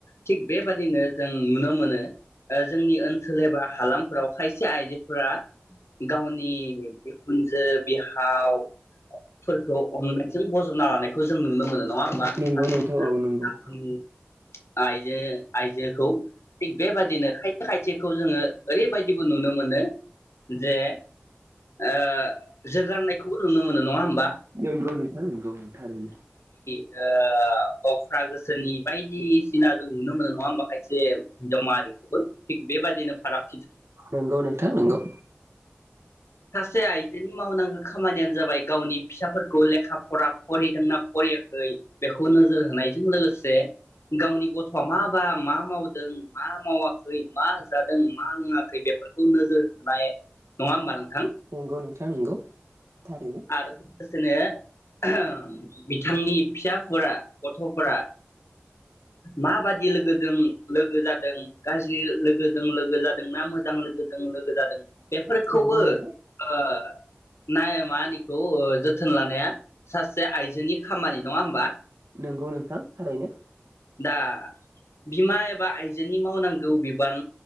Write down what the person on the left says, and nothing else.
थिग बेबादिनो जों नुनो मोनो जोंनि ओनसोल एबा हालामफोराव खायसे आइजोफोरा गावनि बिखुनजो बिहावफोरखौ अननाय जों बजबना लानायखौ जों नुनो मोनो । नङा ओमबा
सासे
मोजां
आखुनि आइजो आइजोखौ थिग बेबादिनो खायसे खायसेखौ जोङो ओरैबायदिबो नुनो मोनो जे ओ जोगारनायखौबो नुनो मोनो नङा होमबा ।
ओ अख्रा गोसोनि बायदिसिना जों नुनो मोनो नङा होमबा खायसे हिनजाव माहारिखौबो थिग बेबादिनो फाराग
सासे आइजोनि मावनांगौ खामानियानो जाबाय गावनि फिसाफोरखौ लेखा फरा फरायदोंना फरायाखै बेखौ नोजोर होनायजों लोगोसे गावनि गथ'आ माबा मा मावदों मा मावाखै मा जादों मा रोङाखै बेफोरखौ नोजोर होनाय नङा होमबा नोंथां
आरो लोगोसेनो बिथांनि फिसाफोरा गथ'फोरा मा बादि लोगो लोगोजों लोगो जादों गाज्रि लोगोजों लोगो जादों ना मोजां लोगोजों लोगो जादों बेफोरखौबो
ओ नाय मानिखौ जोथोन लानाया सासे आइजोनि खामानि नङा होनबा?
दा बिमा एबा आइजोनि मावनांगौ बिबान